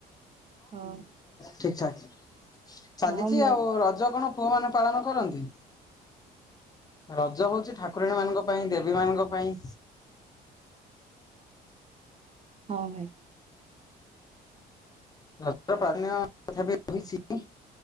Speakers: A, on the right (about 40°); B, on the left (about 20°).
A: ହଁ
B: ଠିକ୍ ଠାକ୍ ଚାଲିଛି
A: ହଁ ମୁଁ
B: ଆଉ, ରଜ କଣ ପୁଅ ମାନେ ପାଳନ କରନ୍ତି? ରଜ ହଉଛି ଠାକୁରଣୀ ମାନଙ୍କ ପାଇଁ ଦେବୀ ମାନଙ୍କ ପାଇଁ।
A: ହଁ ଭାଇ।
B: ରଜ <unintelligible> ପ୍ରଥା ରହିଛି